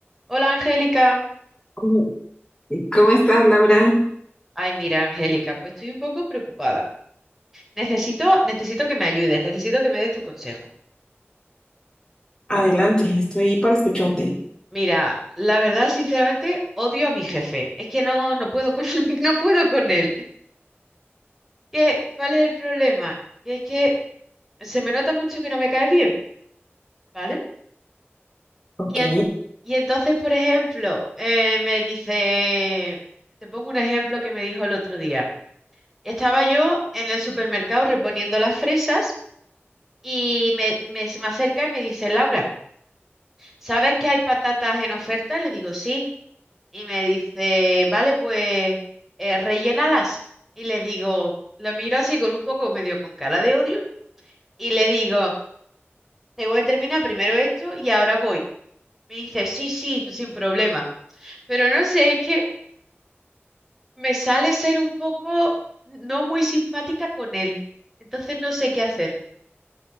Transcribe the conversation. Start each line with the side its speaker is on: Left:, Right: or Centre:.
Centre: Hola Angélica.
Left: Mm, ¿Cómo estás, Laura?
Centre: Ay, mira, Angélica, pues estoy un poco preocupada. Necesito, necesito que me ayudes, necesito que me des tu consejo.
Left: Adelante, estoy para escucharte.
Centre: Mira, la verdad, sinceramente, odio a mi jefe. Es que no, no puedo con, <laughs> él, no puedo con él. ¿Qué, cuál es el problema? Que es que se me nota mucho que no me cae bien, ¿vale?
Left: Ok.
Centre: Y, en- y entonces, por ejemplo, eh, me dice, te pongo un ejemplo que me dijo el otro día. Estaba yo en el supermercado reponiendo las fresas. Y me, me- se me acerca y me dice, Laura, ¿sabes que hay patatas en oferta? Le digo, sí. Y me dice, vale, pues eh, rellénalas. Y le digo, la miro así con un poco medio con cara de odio. Y le digo, tengo que terminar primero esto y ahora voy. Me dice, sí, sí, no- sin problema. Pero no sé, es que me sale ser un poco no muy simpática con él. Entonces no sé qué hacer.